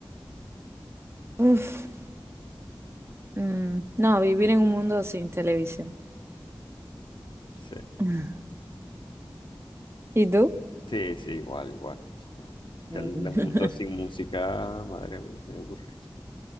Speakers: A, on the right (about 30°); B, on the left (about 65°).
A: Uf, mm, no, vivir en un mundo sin televisión.
B: Sí,
A: <laughs> ¿Y tú?
B: sí, sí, igual, igual. Es que
A: Mm.
B: el mundo sin
A: <laughs>
B: música, madre mía, me aburrido.